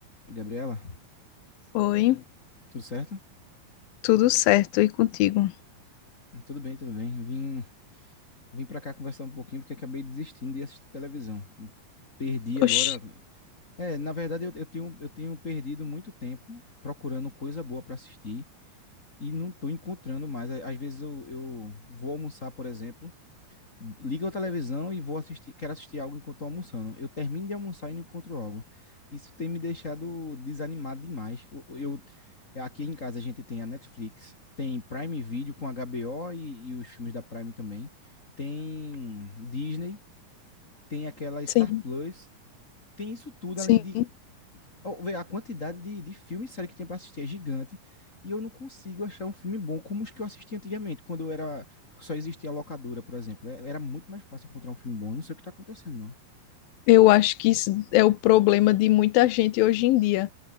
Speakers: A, on the left; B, on the left.
A: Gabriela,
B: Oi,
A: tudo certo?
B: tudo certo e contigo?
A: Tudo bem, tudo bem. Vim, vim para cá conversar um pouquinho porque acabei desistindo de assistir televisão. Perdi agora.
B: Oxe,
A: É, na verdade, eu, eu tenho, eu tenho perdido muito tempo procurando coisa boa para assistir e não estou encontrando mais. Às vezes eu, eu vou almoçar, por exemplo, ligo a televisão e vou assistir, quero assistir algo enquanto tô almoçando. Eu termino de almoçar e não encontro algo. Isso tem me deixado desanimado demais. Eu, eu- aqui em casa a gente tem a Netflix, tem Prime Video com HBO e, e os filmes da Prime também, tem Disney, tem aquela Star
B: sim,
A: Plus, tem isso tudo
B: sim.
A: além de Ó, vê, A quantidade de, de filme e série que tem pra assistir é gigante. E eu não consigo achar um filme bom como os que eu assisti antigamente, quando eu era. Só existia a locadora, por exemplo. É- Era muito mais fácil encontrar um filme bom. Eu não sei o que tá acontecendo, não.
B: Eu acho que isso é o problema de muita gente hoje em dia.